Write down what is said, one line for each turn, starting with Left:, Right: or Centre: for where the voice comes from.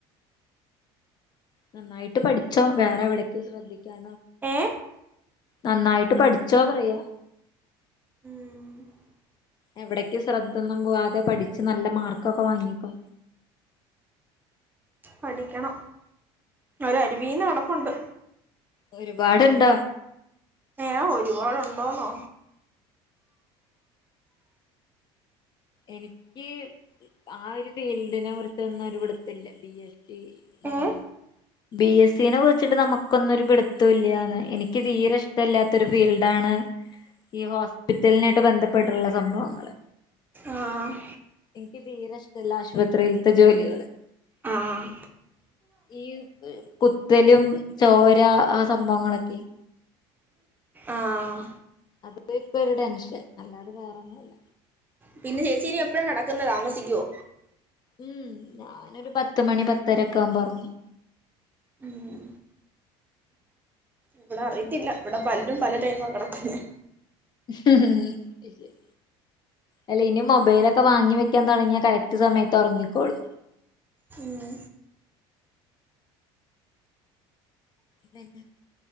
Left: നന്നായിട്ട് പഠിച്ചോ വേറെ എവിടേക്ക ശ്രദ്ധിക്ക
Right: ഏ
Left: നന്നായിട്ട് പഠിച്ചോ പറയാ
Right: ഉം
Left: എവിടക്കും ശ്രദ്ധൊന്നും പോവാതെ പഠിച്ചച്ച് നല്ല മാർക്കൊക്കെ വാങ്ങിക്കോ
Right: പഠിക്കണം അവ അരുവി നടപ്പുണ്ട്
Left: ഒരുപാട്ണ്ടോ
Right: ഏ ഒരുപാടുണ്ടോന്നോ
Left: എനിക്ക് ആ ഒരു ഫീൽഡിനെ ഓർത്തു എന്ന് ഓർത്തു ഒരു പിടുത്തവുമില്ല നല്ലതെ
Right: ആഹ്
Left: ബി എസ് സിനെ വിളിച്ചിട്ട് നമുക്കൊന്നും ഒരു പിടുത്തവും ഇല്ലന്ന് എനിക്ക് തീരെ ഇഷ്ടമല്ലാത്തൊ ഒരു ഫീൽഡാണ് ങ്ങ് ഈ ഹോസ്പിറ്റലിനായിട്ട് ബന്ധപ്പെട്ടുള്ള സംഭവങ്ങള്
Right: ആഹ്
Left: എനിക്ക് തീരെഷ്ടല്ല ആശുപത്രിൽത്തെ ജോലികള്
Right: ആഹ്
Left: ഈ കുത്തലും ചോരാ ആ സംഭവങ്ങളൊക്കെ
Right: ആഹ്
Left: അത് ഇപ്പൊ ഇപ്പ ഒരു ടെൻഷൻ അല്ലാതെ വേറൊന്നും അല്ല
Right: പിന്നെ ചേച്ചി ഇനി എപ്പഴാ നടക്കുന്നത് താമസിക്കുവോ
Left: ഉം ഞാനൊരു പത്ത് മണി പത്തരൊക്കെ ആകുമ്പ ഇറങ്ങും
Right: ഉം ഇവിടെ അറയിത്തില്ല ഇവിടെ പലരും പല ടൈമ കിടക്കുന്നെ
Left: അത് ശരി. അല്ല ഇനി മൊബൈലൊക്കെ വാങ്ങി വെക്കാൻ തുടങ്ങിയ കറക്റ്റ് സമയത്ത് ഉറങ്ങിക്കോളൂം.
Right: മ്
Left: പിന്ന